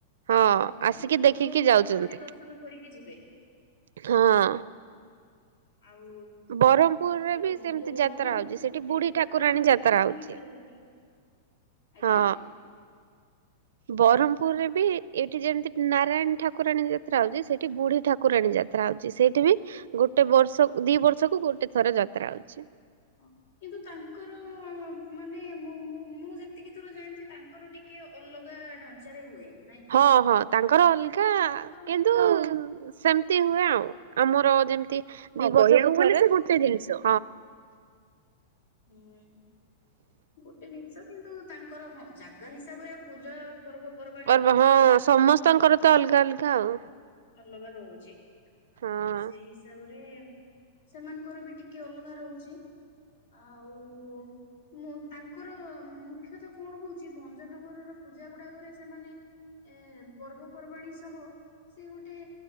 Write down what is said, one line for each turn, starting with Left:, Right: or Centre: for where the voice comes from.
Right: ହଁ
Left: ହଁ କେତେ
Right: ଆସିକି
Left: ଦୂର
Right: ଦେଖିକି
Left: ଦୂରରୁ
Right: ଯାଉଛନ୍ତି
Left: ଲୋକ ଆସିକି ଦର୍ଶନ କରିକି ଯିବେ।
Right: ହଁ
Left: ଆଉ
Right: ବ୍ରହ୍ମପୁରରେ
Left: ଯଦି
Right: ବି
Left: ଭାଗ୍ୟରେ
Right: ସେମିତି ଯାତ୍ରା
Left: ନାହିଁ
Right: ହଉଛି
Left: ସେଇଠି
Right: ସେଠି ବୁଢୀ ଠାକୁରାଣୀ
Left: ପାଖରେ ରହିକି
Right: ଯାତ୍ରା
Left: ବି
Right: ହଉଛି
Left: ମିଳିପାରିବନି। ଆଜ୍ଞା
Right: ହଁ ବରମପୁରରେ
Left: ହଁ
Right: ବି ଏ ଏଠି ଯେମତି ନାରାୟଣୀ ଠାକୁରାଣୀ ଯାତ୍ରା ହୋଉଚି ସେଠି ବୁଢୀ ଠକୁରାଣୀ ଯାତ୍ରା ହୋଉଚି ସେ ସେଠି ବି ଗୋଟେବର୍ଷ-ଦିବର୍ଷକୁ ଗୋଟେ ଥର ଯାତ୍ରା ହୋଉଚି।
Left: ହଁ। କିନ୍ତୁ ତାଙ୍କର ମାନେ ମୁଁ-ମୁଁ-ମୁଁ ଯେତିକି ଦୂର ଜାଣିଚି ତାଙ୍କର ଟିକିଏ ଅଲଗା ଆ ଢାଞ୍ଚାରେ ହୁଏ। ନାଇଁ
Right: ହଁ ହଁ ତାଙ୍କର
Left: କି
Right: ଅଲଗା
Left: ତାଙ୍କର
Right: କିନ୍ତୁ ସେମତି ହୁଏ ଆଉ ଆମ ହଁ କହିବାକୁ ଗଲେ ସେଇ ଗୋଟେ ଜିନଷ।
Left: ହୁଁ ଗୋଟେ ଜିନିଷ। କିନ୍ତୁ ତାଙ୍କର ହଁ ଜାଗା ହିସାବରେ ଆଉ ପୂଜା ପର୍ବ ପର୍ବାଣୀ
Right: ପର୍ବ
Left: ଟିକେ
Right: ହଁ
Left: ଅଲଗା ଅଲଗା
Right: ସମସ୍ତଙ୍କର
Left: ରହୁନି କି।
Right: ତ ଅଲଗା ଅଲଗା ଆଉ
Left: ଅଲଗା ରହୁଚି ଆଉ
Right: ହଁ।
Left: ସେଇ ହିସାବରେ ସେମାନଙ୍କର ବି ଟିକେ ଅଲଗା ରହୁଚି। ଆଉ ମୁଁ ତାଙ୍କର ମୁଖ୍ୟତ କଣ ହୋଉଚି ଭଞ୍ଜନଗରର ପୂଜା ଗୁଡ଼ାକରେ ସେମାନେ ଏ ପର୍ବପର୍ବାଣୀ ସହ ସିଏ ଗୋଟେ